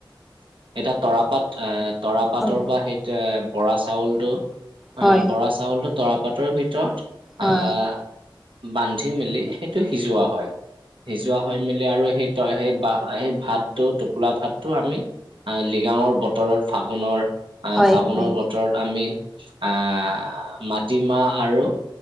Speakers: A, on the right; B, in the centre.
A: এটা তৰাপাত এহ তৰা পাতৰ
B: হয়
A: পা সেইটেম বৰা চাউলটো।
B: হয়
A: আহ বৰা চাউলটো তৰাপাতৰ ভিতৰত
B: হয়
A: আহ বান্ধি মেলি সেইটো সিজোৱা হয়। সিজোৱা হয় মিলি আৰু সেই সেই বা সেই ভাতটো টোপোলা ভাতটো আমি আহ লিগাঙৰ বতৰত ফাগুনৰ আহ
B: হয়
A: ফাগুনৰ
B: হয়
A: বতৰত আমি আহ মাটিমাহ আৰু